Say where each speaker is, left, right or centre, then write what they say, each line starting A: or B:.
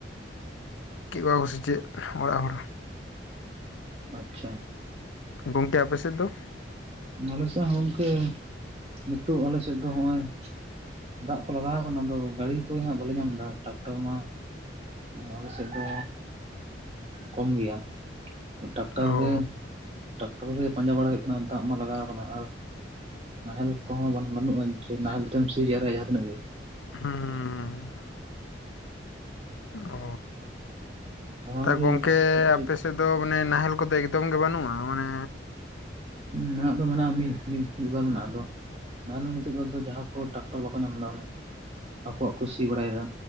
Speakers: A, on the left; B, on the right.
A: ᱠᱮᱜ ᱠᱚᱣᱟ ᱠᱚ ᱥᱮᱫ ᱚᱲᱟᱜ ᱦᱚᱲᱼᱼ
B: ᱟᱪᱪᱷᱟᱼᱼ
A: ᱜᱚᱝᱠᱮ ᱟᱯᱮ ᱥᱮᱫ ᱫᱚ?
B: ᱟᱞᱮ ᱥᱮᱫ ᱦᱚᱸ ᱜᱚᱢᱠᱮ ᱱᱤᱛᱚᱜ ᱟᱞᱮ ᱥᱮᱫ ᱫᱚ ᱦᱚᱜ-ᱚᱭ᱾ ᱫᱟᱜ ᱠᱚ ᱞᱟᱜᱟᱣ ᱟᱠᱟᱱᱟ ᱟᱫᱚ ᱜᱟᱹᱰᱤ ᱠᱚ ᱦᱟᱸᱜ ᱵᱟᱞᱮ ᱧᱟᱢ ᱫᱟ, ᱴᱟᱠᱴᱟᱨ ᱢᱟᱼᱼ ᱟᱞᱮ ᱥᱮᱫ ᱫᱚ ᱠᱚᱢ ᱜᱮᱭᱟ᱾ ᱴᱟᱠᱴᱟᱨ
A: ᱚ
B: ᱜᱮ ᱴᱟᱠᱴᱟᱨ ᱜᱮ ᱯᱟᱸᱡᱟ ᱵᱟᱲᱟ ᱦᱩᱭᱩᱜ ᱠᱟᱱᱟ ᱫᱟᱜ ᱢᱟ ᱞᱟᱜᱟᱣ ᱠᱟᱱᱟ ᱟᱨᱼᱼ ᱱᱟᱦᱮᱞ ᱠᱚᱦᱚᱸ ᱵᱟᱝ ᱵᱟᱹᱱᱩᱜ-ᱟ ᱡᱮ ᱱᱟᱦᱮᱞ ᱛᱮᱢ ᱥᱤ ᱡᱟᱣᱨᱟᱭᱟ ᱡᱟᱦᱟᱸ ᱛᱱᱟᱹᱜ ᱜᱮ᱾
A: ᱦᱩᱸᱻᱻ ᱚᱻ
B: ᱚᱱᱟᱜᱮ
A: ᱛᱟ ᱜᱚᱝᱠᱮ
B: ᱱᱤᱛᱚᱜ ᱠᱟᱹᱴᱤᱡ
A: ᱟᱯᱮ ᱥᱮᱫᱼᱼ ᱫᱚ ᱢᱟᱱᱮ ᱱᱟᱦᱮᱞ ᱠᱚᱫᱚ ᱮᱠᱫᱚᱢ ᱜᱮ ᱵᱟᱹᱱᱩᱜ-ᱟ ᱢᱟᱱᱮᱼᱼ
B: ᱢᱮᱱᱟᱜ ᱫᱚ ᱢᱮᱱᱟᱜ-ᱟ ᱢᱤᱫ ᱢᱤᱫᱵᱟᱨ ᱢᱮᱱᱟᱜ ᱟᱫᱚᱼᱼ ᱱᱟᱦᱮᱞ ᱫᱚ ᱱᱤᱛᱚᱜ ᱫᱚ ᱟᱫᱚ ᱡᱟᱦᱟᱸ ᱠᱚ ᱴᱨᱟᱠᱴᱟᱨ ᱵᱟᱠᱚ ᱧᱟᱢ ᱫᱟ ᱚᱱᱮ ᱟᱠᱚᱣᱟᱜ ᱠᱚ ᱥᱤ ᱵᱟᱲᱟᱭᱮᱫᱟ᱾